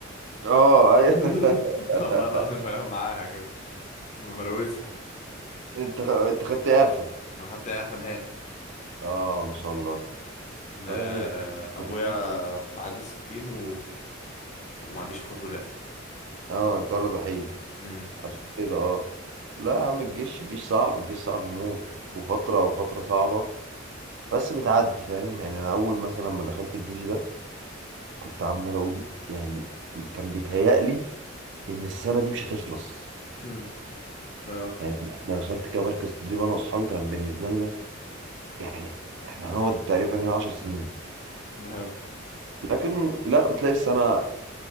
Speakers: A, on the right; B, on the left.
A: اه ايوه
B: <laughs>
A: <laughs>
B: والله العظيم بنام معاها كده ما بروزها
A: انت انت خدت اعفاء
B: انا خدت اعفاء نهائي
A: اه ما شاء الله
B: إن،
A: طب
B: آه،
A: يا عم ده <laughs> ده أنت
B: ابويا
A: دخلت في-
B: معدي الستين و... وما عنديش اخوات ولاد
A: اه انت ولد وحيد
B: امم
A: عشان كده اه لا يا عم الجيش الجيش صعب الجيش صعب موت وفترة وفترة صعبة بس بتعدي فاهم يعني انا اول مثلا لما دخلت الجيش ده كنت عمال اقول يعني كان بيتهيألي ان السنة دي مش هتخلص
B: هم. اه
A: يعني ما دخلت كمركز تدريب انا واصحابي كان بالنسبه لنا يعني احنا هنقعد تقريبا هنا 10 سنين
B: اه
A: لكن لا بتلاقي السنه